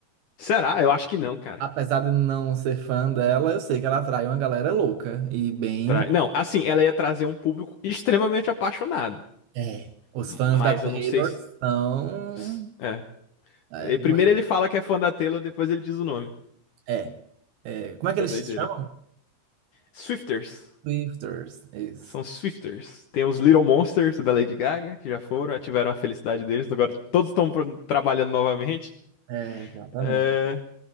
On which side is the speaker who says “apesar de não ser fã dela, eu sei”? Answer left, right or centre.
Right